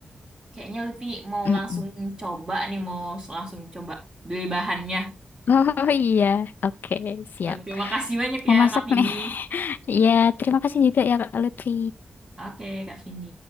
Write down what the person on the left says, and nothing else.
Mm-mm.
Oh iya, oke, siap.
Mau
masak
nih. <laughs> Ya, terima kasih juga ya Kak Lutfi.